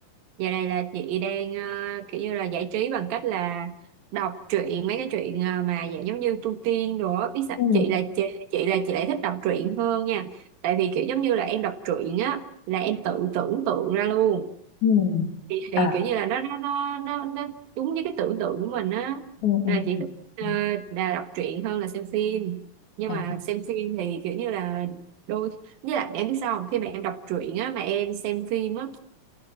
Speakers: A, on the right (about 85°); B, on the left (about 60°).
A: Giờ này là chị đang ờ, kiểu như là giải trí bằng cách là đọc truyện mấy cái truyện ờ, mà dạng giống như tu tiên đồ á. biết sao
B: Ừ,
A: chị là chị, chị là chị lại thích đọc truyện hơn nha tại vì kiểu giống như là em đọc truyện á là em tự tưởng tượng ra luôn
B: ừ,
A: thì, thì
B: à
A: kiểu như là nó nó nó nó, nó đúng với cái tưởng tượng của mình á
B: ừ, ừ.
A: là chị thích ờ,
B: ừ.
A: là đọc truyện hơn là xem phim nhưng
B: À,
A: mà xem phim thì kiểu như là đôi với lại em biết sao không? khi mà em đọc truyện á mà em xem phim á